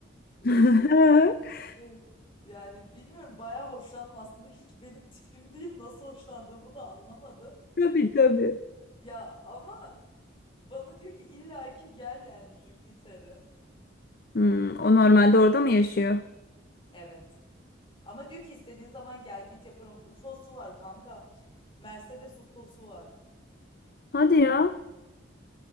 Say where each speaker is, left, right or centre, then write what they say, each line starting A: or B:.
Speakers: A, on the left (about 50°); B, on the left (about 25°).
A: <laughs>
B: Evet. Yani bilmiyorum bayağı hoşlandım aslında hiç benim tipim değil nasıl hoşlandığımı da anlamadım.
A: Tabii tabii.
B: Ya ama bana diyor ki illaki gel yani Jüpiter'e.
A: Hmm, o normalde orada mı yaşıyor?
B: Evet. Ama diyor ki istediğin zaman gel git yaparım. UFO'su var kanka. Mercedes UFO'su var.
A: Hadi ya.